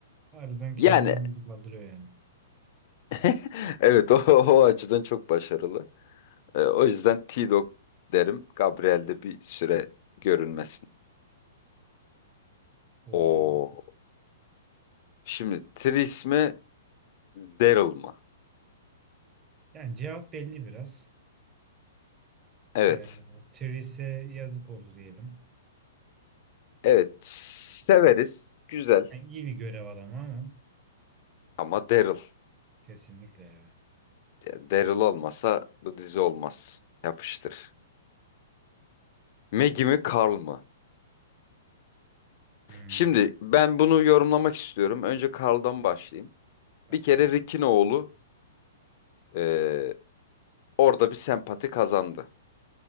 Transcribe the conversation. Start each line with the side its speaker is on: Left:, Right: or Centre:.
Right: Harbiden kendini
Left: Yani
Right: bizi kaldırıyor yani.
Left: <laughs> evet o, o açıdan çok başarılı. Ee, o yüzden T-Dog derim. Gabriel bir süre görünmesin.
Right: O
Left: O şimdi Tris mi Daryl mı?
Right: Yani cevap belli biraz.
Left: Evet.
Right: Ee, Therese yazık oldu diyelim.
Left: Evet severiz. Güzel
Right: Yani iyi bir görev adamı ama
Left: ama Daryl.
Right: kesinlikle ya.
Left: Ya Daryl olmasa bu dizi olmaz. Yapıştır. Maggie mi Carl mı?
Right: Hmm,
Left: Şimdi ben bunu yorumlamak istiyorum. Önce Carl'dan başlayayım.
Right: tamam.
Left: Bir kere Rick'in oğlu eee, orada bir sempati kazandı.